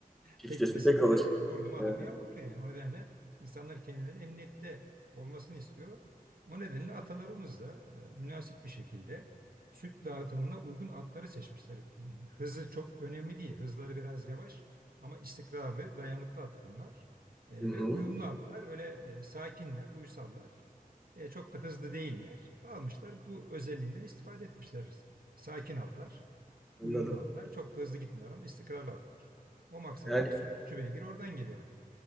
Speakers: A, in the centre; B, on the right (about 75°).
A: Çiftesi
B: tekmesi
A: pek
B: böyle
A: olur.
B: vurdu mu adamı
A: Evet.
B: yamultuyor yani. O nedenle insanlar kendilerinin emniyette olmasını istiyor. O nedenle atalarımız da e, münasip bir şekilde süt dağıtımına uygun atları seçmişler. E, Hızı çok önemli değil. Hızları biraz yavaş ama istikrarlı, dayanıklı at bunlar. E,
A: Hı-hı.
B: ve uyumlu atlar öyle e, sakinler, uysallar. E, çok da hızlı değiller. Almışlar bu özelliğinden istifade etmişler. Sakin atlar.
A: Anladım.
B: Uyumlu atlar. Çok da hızlı gitmiyorlar ama istikrarlı atlar. O maksatla
A: Yani
B: sütçü beygir oradan geliyor.